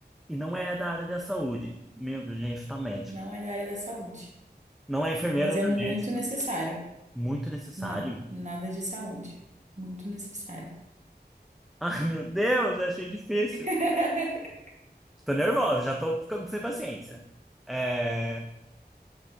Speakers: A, in the centre; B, on the right.
A: E não é da área da saúde. Meu Deus, gente, tá médico.
B: Não é da área da saúde,
A: Não é enfermeiro,
B: mas
A: não
B: é muito
A: é médico.
B: necessário.
A: Muito necessário.
B: Não, nada de saúde. Muito necessário.
A: Ai, meu Deus, achei difícil.
B: <laughs>
A: Tô nervosa, já tô ficando sem paciência. É...